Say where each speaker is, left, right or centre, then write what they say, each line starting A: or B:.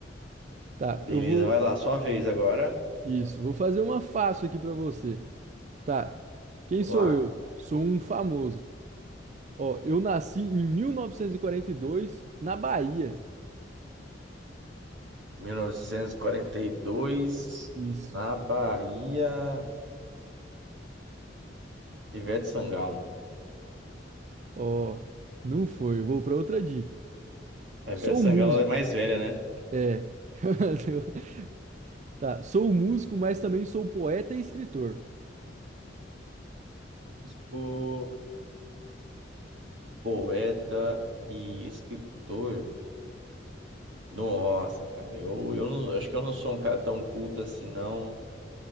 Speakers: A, on the right; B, on the right.
A: Tá,
B: Beleza,
A: eu vou.
B: vai lá, sua vez agora.
A: Isso, vou fazer uma fácil aqui pra você. Tá. Quem
B: Vamos
A: sou
B: lá.
A: eu? Sou um famoso. Ó, eu nasci em 1942 na Bahia.
B: mil novecentos e e quarenta e dois
A: Isso.
B: na Bahia, Ivete Sangalo.
A: Ó, não foi. Eu vou pra outra dica.
B: A
A: Sou
B: Ivete Sangalo
A: músico.
B: ela é mais velha, né?
A: É. <laughs> Tá, sou músico, mas também sou poeta e escritor.
B: Tipo, poeta e escritor. Nossa, cara, eu, eu não- acho que eu não sou um cara tão culto assim, não.